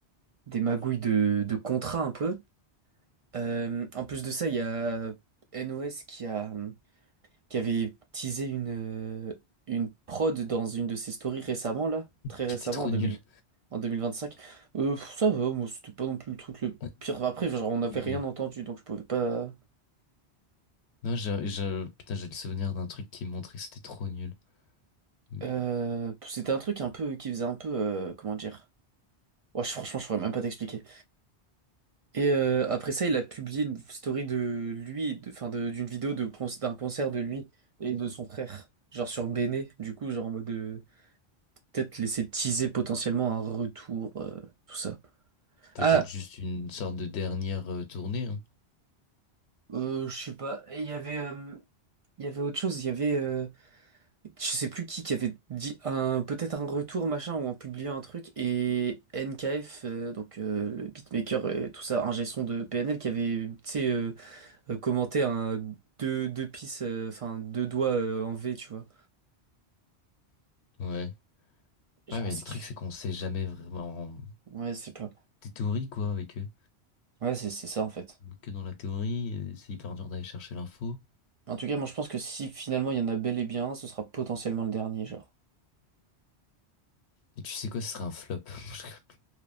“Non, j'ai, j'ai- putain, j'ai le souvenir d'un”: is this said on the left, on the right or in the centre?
Left